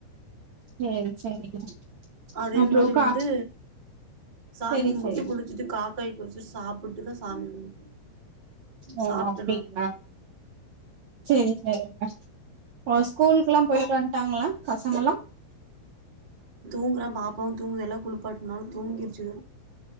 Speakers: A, on the right; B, on the right.
A: சேரி சேரிங்க
B: அதே
A: அப்றோ
B: மாரி
A: கா
B: வந்து சாமி
A: சேரி
B: கும்புட்டு
A: சேரி
B: குளிச்சுட்டு காக்காய் க்கு வச்சுட்டு சாப்புட்டுதா சாமி கும்புட்டோ
A: ஓ
B: சாப்ட்டோ
A: அப்டிங்களா
B: நாங்க
A: செரி செரிங்க ஓ ஸ்கூலுக்குல்லா போயிட்டு வன்ட்டாங்களா பசங்கலா
B: ங்குறா பாப்பாவும் தூங்குது எல்லா குளிப்பாட்டுனா தூங்கிடுச்சு